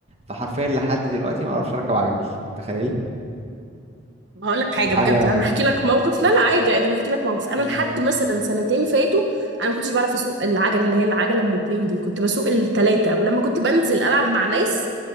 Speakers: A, on the right (about 30°); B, on the right (about 65°).
A: فحرفيا لحد دلوقتي ما اعرفش اركب عجل تخيلي
B: هقول لك حاجه
A: حاجه
B: بجد انا هحكي لك موقف لا لا عادي عادي انا هحكي لك موقف انا
A: امم
B: لحد مثلا سنتين فاتوا انا ما كنتش بعرف اسوق العجله اللي هي العجله ام اتنين دي كنت بسوق التلاته ولما كنت بنزل العب مع ناس